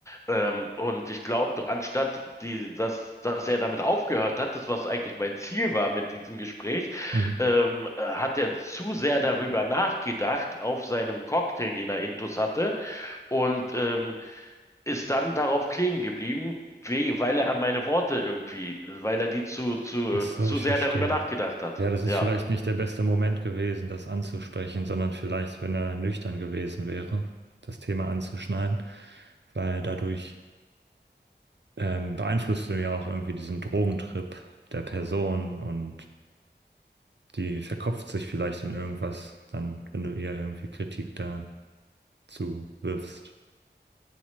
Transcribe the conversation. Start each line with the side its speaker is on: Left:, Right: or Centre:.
Left: Ähm, und ich glaube, anstatt die, dass, dass er damit aufgehört hat, das was eigentlich mein Ziel war mit diesem Gespräch,
Right: Mhm.
Left: ähm, äh, hat er zu sehr darüber nachgedacht auf seinem Cocktail, den er intus hatte, und ähm, ist dann darauf kleben geblieben, we weil er an meine Worte irgendwie, weil er die zu, zu,
Right: Ach so,
Left: zu
Right: ich
Left: sehr
Right: verstehe.
Left: darüber nachgedacht hat.
Right: Ja, das ist
Left: Ja.
Right: vielleicht nicht der beste Moment gewesen, das anzusprechen, sondern vielleicht, wenn er nüchtern gewesen wäre, das Thema anzuschneiden, weil dadurch ähm, beeinflusst du ja auch irgendwie diesen Drogentrip der Person und die verkopft sich vielleicht in irgendwas, dann, wenn du ihr irgendwie Kritik dazu wirfst.